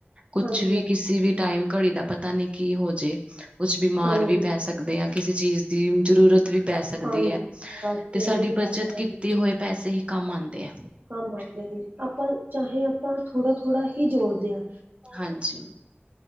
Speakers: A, on the right; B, on the right.
A: ਕੁਛ
B: ਹਾਂਜੀ
A: ਵੀ ਕਿਸੀ ਵੀ ਟਾਈਮ ਘੜੀ ਦਾ ਪਤਾ ਨੀ ਕੀ ਹੋਜੇ ਕੁਛ ਬਿਮਾਰ
B: ਹਾਂਜੀ
A: ਵੀ
B: ਹਾਂਜੀ
A: ਪੈ ਸਕਦੇ ਆ ਕਿਸੇ ਚੀਜ਼ ਦੀ ਜਰੂਰਤ ਵੀ ਪੈ ਸਕਦੀ
B: ਹਾਂਜੀ
A: ਐ
B: ਬਸ
A: ਤੇ ਸਾਡੀ
B: ਇਹੀ
A: ਬੱਚਤ
B: ਗੱਲ
A: ਕੀਤੀ
B: ਹੈ।
A: ਹੋਏ ਪੈਸੇ ਹੀ ਕੰਮ ਆਂਦੇ ਆ।
B: ਕੰਮ ਆਦੇ ਆ ਜੀ ਆਪਾਂ ਚਾਹੇ ਆਪਾਂ ਥੋੜਾ-ਥੋੜ੍ਹਾ ਹੀ ਜੋੜਦੇ ਆ
A: ਹਾਂਜੀ,